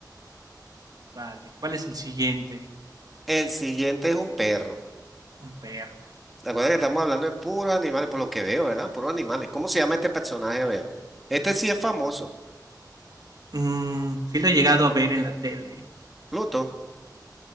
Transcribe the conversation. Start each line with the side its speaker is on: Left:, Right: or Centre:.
Right: Vale, ¿cuál es el siguiente?
Centre: el siguiente es un perro.
Right: Un perro.
Centre: Recuerda que estamos hablando de puros animales, por lo que veo, ¿verdad? Puros animales. ¿Cómo se llama este personaje? A ver. Este sí es famoso.
Right: Mm, sí lo he llegado a ver en la tele.
Centre: Pluto.